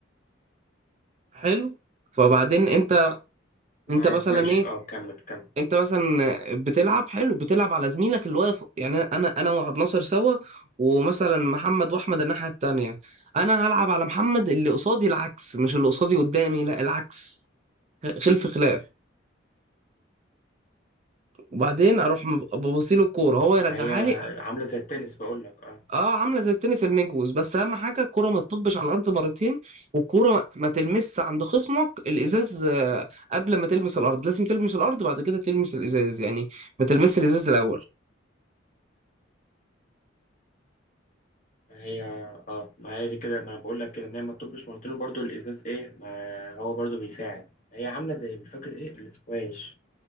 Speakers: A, on the right (about 35°); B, on the left (about 45°).
A: حلو فبعدين انت انت
B: معاك
A: مثلا
B: ماشي
A: ايه
B: اه كمل كمل
A: انت مثلا بتلعب حلو بتلعب على زميلك اللي واقف يعني انا انا وعبد ناصر سوا ومثلا محمد واحمد الناحيه التانيه انا هلعب على محمد اللي قصادي العكس مش اللي قصادي قدامي لا العكس خلف خلاف وبعدين اروح ببصيله الكوره
B: اه
A: هو يرجعها
B: ما هي
A: لي
B: عاملة زي التنس بقول لك اه
A: اه عامله زي التنس المجوز بس اهم حاجه الكوره ما تطبش على الارض مرتين والكوره ما ما تلمسش عند خصمك الازاز آه، قبل ما تلمس الارض لازم تلمس الارض بعد كده تلمس الازاز يعني ما تلمس الازاز الاول
B: ما هي اه ما هي دي كده ما بقول لك كده ان هي ما تطبش مرتين برضو الازاز ايه ما هو برضو بيساعد هي عاملة زي مش فاكر ايه الاسكواش